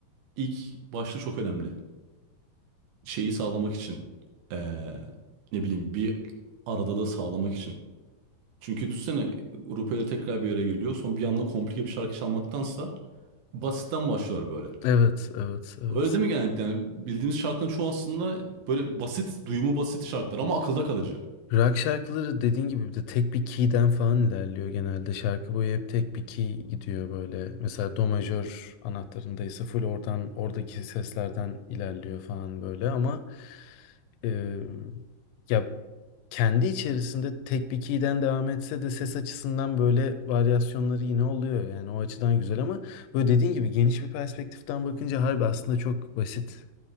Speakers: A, on the right; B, on the left.
A: ilk başta çok önemli. Şeyi sağlamak için e, ne bileyim bir aradalığı sağlamak için. Çünkü düşünsene grup öyle tekrar bir yere geliyor. Son bir anda komplike bir şarkı çalmaktansa Basitten başlar böyle.
B: Evet, evet, evet.
A: Öyle değil mi genellikle? Yani bildiğimiz şarkının çoğu aslında böyle basit, duyumu basit şarkılar ama akılda kalıcı.
B: Rock şarkıları dediğin gibi bir de tek bir key'den falan ilerliyor genelde. Şarkı boyu hep tek bir key gidiyor böyle. Mesela do majör anahtarında ise full oradan oradaki seslerden ilerliyor falan böyle ama e, ya kendi içerisinde tek bir key'den devam etse de ses açısından böyle varyasyonları yine oluyor. Yani o açıdan güzel ama böyle dediğin gibi geniş bir perspektiften bakınca harbi aslında çok basit.